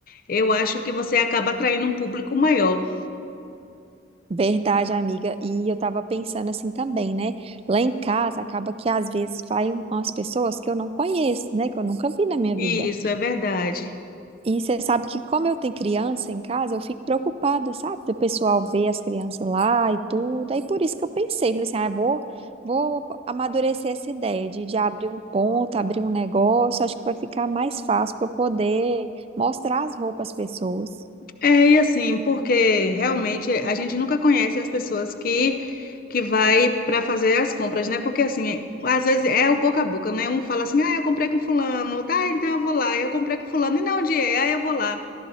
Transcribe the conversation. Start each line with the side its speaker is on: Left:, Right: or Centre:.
Left: eu acho que você acaba atraindo um público maior.
Right: Verdade, amiga. E eu tava pensando assim também, né? Lá em casa acaba que às vezes vai um, umas pessoas que eu não conheço, né? Que eu nunca vi na minha
Left: E
Right: vida.
Left: isso é verdade.
Right: E você sabe que, como eu tenho criança em casa, eu fico preocupada, sabe? Do pessoal ver as crianças lá e tudo. Aí por isso que eu pensei, falei assim, ah, eu vou, vou amadurecer essa ideia de, de abrir um ponto, abrir um negócio. Acho que vai ficar mais fácil para eu poder mostrar as roupas às pessoas.
Left: É, e assim, porque realmente a gente nunca conhece as pessoas que que vai para fazer as compras, né? Porque assim, é- às vezes é o boca a boca, né? Um fala assim: "Ah, eu comprei com fulano". Tá, então eu vou lá. Eu comprei com fulano e não onde é? Ah, eu vou lá.